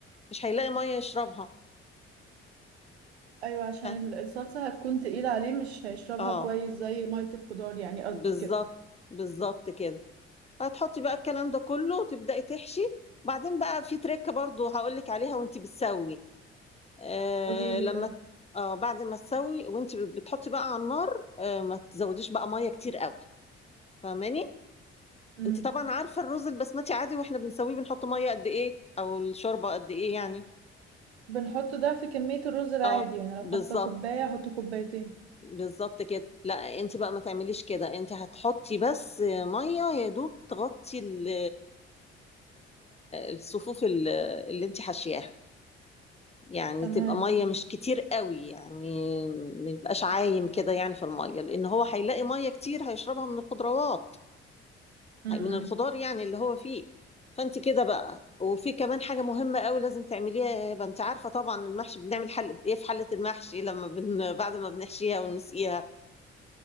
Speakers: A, on the left; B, on the right.
A: مش هيلاقي ميه يشربها
B: ايوه عشان
A: ف-
B: ال- الصلصة هتكون تقيلة عليه مش هيشربها
A: اه
B: كويس زي مية الخضار يعني قصدك
A: بالظبط
B: كده
A: بالظبط كده هتحطي بقى الكلام ده كله تبدأي تحشي بعدين بقى في تريكة برضو هقولك عليها وانت بتسوي آه
B: قولي لي
A: لما
B: طيب
A: آه بعد ما تسوي وانت بت- بتحطي بقى على النار آه ما تزوديش بقى مية كتير قوي فاهماني
B: امم
A: انت طبعا عارفة الرز البسمتي عادي واحنا بنسويه بنحط مية قد ايه او الشوربة قد ايه يعني
B: بنحط ضعف كمية الرز العادي
A: اه
B: يعني لو
A: بالظبط
B: حاطة كوباية احط كوبايتين
A: بالظبط كده لا انت بقى ما تعمليش كده انت هتحطي بس ميه يا دوب تغطي ال- الصفوف ال- اللي انت حاشياها يعني
B: تمام
A: تبقى ميه مش كتير قوي يعني ما يبقاش عايم كده يعني في الميه لان هو هيلاقي ميه كتير هيشربها من الخضروات
B: امم
A: من الخضار يعني اللي هو فيه فانت كده بقى وفي كمان حاجه مهمه قوي لازم تعمليها يا هبه انت عارفه طبعا المحشي بنعمل حل ايه في حله المحشي لما بن... بعد ما بنحشيها ونسقيها